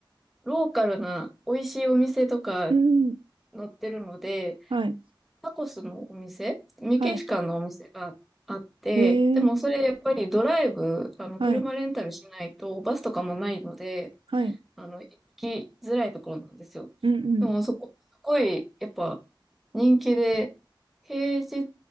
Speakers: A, in the centre; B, on the right.
A: ローカルな美味しいお店とか
B: うん。
A: 載ってるので、
B: はい。
A: タコスのお店、メキシカンのお店があって、
B: はい。へえ。
A: でもそれやっぱりドライブ、あの、
B: はい。
A: 車レンタルしないと、バスとかもないので、
B: はい。
A: あの、行きづらいところなんですよ。
B: うんう
A: でもそこ、すごい、やっぱ、人気で、平日、